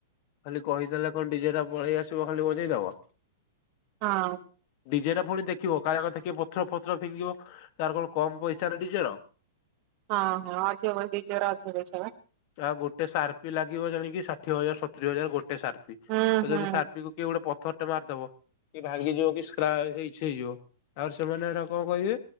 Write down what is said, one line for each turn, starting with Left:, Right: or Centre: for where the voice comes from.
Left: ଖାଲି କହିଦେଲେ କଣ ଡିଜେ ଟା ପଳେଇ ଆସିବ ଖାଲି ବଜେଇଦବ।
Right: ହଁ।
Left: ଡିଜେରେ ପୁଣି ଦେଖିବ କାଳେ ଦେଖି ପଥର ଫଥର ଫିଙ୍ଗିବ ତାର କଣ କମ ପଇସା ନା ଡିଜେର।
Right: ହଁ ହଁ ଅଧିକ <unintelligible> ଡିଜେ ରା ଅଧିକ ପାଇସା ବା।
Left: ଆ ଗୋଟେ ସାର୍ପି ଲାଗିବ ଜାଣିକିି ଷାଠିଏ ହଜାର ସତୁରି ହଜାର ଗୋଟେ ସାରପି
Right: ହୁଁ
Left: ତ
Right: ହୁଁ
Left: ଯଦି ଶାର୍ପି କୁ କିଏ ଗୋଟେ ପଥର ଟେ ମାରିଦବ କି ଭାଙ୍ଗିଯିବ କି ସ୍କ୍ରାଚ ହେଇ ଶ୍ ହେଇଯିବ ତାପରେ ସେମାନେ ଏ କଣ କହିବେ